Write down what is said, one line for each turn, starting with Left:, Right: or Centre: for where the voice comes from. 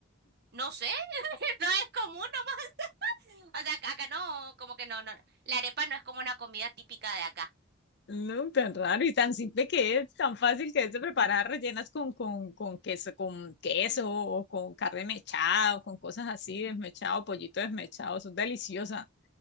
Right: no sé. <laughs> No es común nomás. O sea, acá acá no, como que no, no. no. La arepa no es como una comida típica de acá.
Left: No, tan raro y tan simple que es, tan fácil que es de preparar, rellenas con, con, con queso, con queso o con carne mechada o con cosas así, desmechado, pollito desmechado, son deliciosas.